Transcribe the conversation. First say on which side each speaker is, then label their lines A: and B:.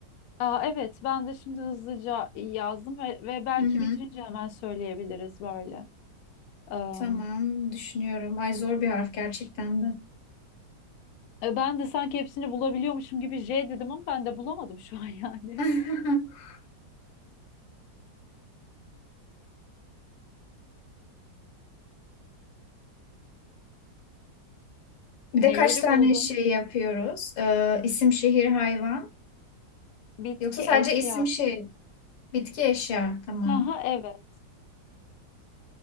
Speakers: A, on the left; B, on the left.
A: Aa, evet ben de şimdi hızlıca yazdım ve, ve belki
B: Hı hı.
A: bitirince hemen söyleyebiliriz böyle. Am,
B: Tamam, düşünüyorum. Ay zor bir harf gerçekten de.
A: e, ben de sanki hepsini bulabiliyormuşum gibi J dedim ama ben de bulamadım şu an yani.
B: <laughs> Bir
A: <laughs> Neleri
B: de kaç tane
A: buldun?
B: şey yapıyoruz? Ee, isim, şehir, hayvan.
A: Bitki,
B: Yoksa sadece
A: eşya.
B: isim, şehir, bitki, eşya. Tamam.
A: Aha evet.